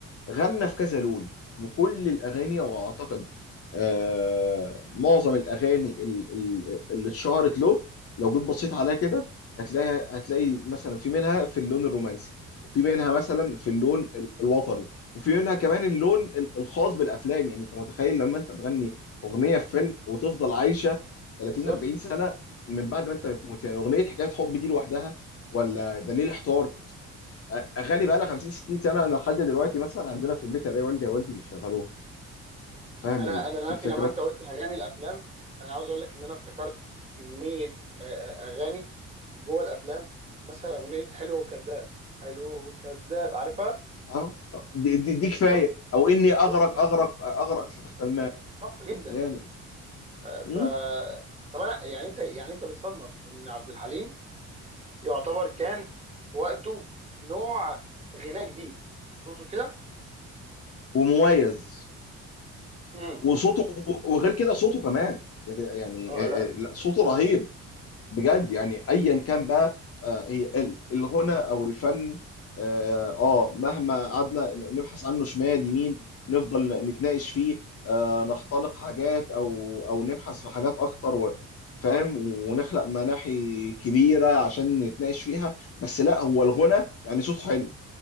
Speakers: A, on the left; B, on the right.
A: غنى في كذا لون وكل الاغاني او اعتقد آه معظم الاغاني ال- ال- اللي اتشهرت له لو جيت بصيت عليها كده هتلاقي هتلاقي مثلا في منها في اللون الرومانسي وفي منها مثلا في اللون ال- الوطني وفي منها كمان اللون ال- الخاص بالافلام يعني انت متخيل لما انت تغني اغنيه في فيلم وتفضل عايشه 30
B: بالظبط
A: 40 سنه من بعد ما انت بتموت يعني اغنيه حكايه حب دي لوحدها ولا دليل احتار اغاني بقى لها 50 60 سنه انا لحد دلوقتي مثلا عندنا في البيت الاقي والدي يا والدي بيشغلوها فاهم
B: انا
A: ال-
B: انا دلوقتي
A: الفكره
B: لما انت قلت اغاني الافلام انا عاوز اقول لك ان انا افتكرت كميه آه، آه، اغاني جوه الافلام مثلا اغنيه حلو وكذاب حلو وكذاب عارفها
A: اه دي, دي, دي كفايه
B: تحفه
A: او اني اغرق
B: تحفه
A: اغرق اغرق تحت الماء
B: تحفه جدا
A: يعني
B: آه، ف
A: مم.
B: طب انا يعني انت يعني انت بتصنف ان عبد الحليم يعتبر كان في وقته نوع غناء جديد تقصد كده
A: ومميز
B: امم
A: وصوته وغير كده صوته كمان يعني يعني
B: اه
A: آه،
B: لا
A: آه، لا صوته رهيب بجد يعني ايا كان بقى آه، هي ال- الغنى او الفن اه آه، مهما قعدنا ن- نبحث عنه شمال يمين نفضل ن- نتناقش فيه آه نختلق حاجات او او نبحث في حاجات اكتر و- فاهم ونخلق مناحي كبيره عشان نتناقش فيها بس لا هو الغنى يعني صوت حلو